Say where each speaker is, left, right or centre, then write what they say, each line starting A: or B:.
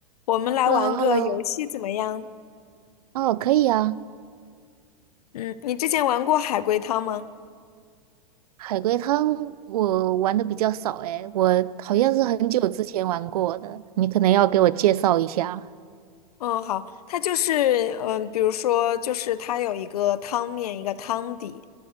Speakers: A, on the left; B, on the right.
A: 我们来玩个游戏怎么样？
B: h e l l o h e l l o 哦，可以啊。
A: 嗯，你之前玩过海龟汤吗？
B: 海龟汤我玩的比较少诶，我好像是很久之前玩过的，
A: 嗯
B: 你可能要给我介绍一下。
A: 嗯，好，它就是嗯，比如说就是它有一个汤面，一个汤底，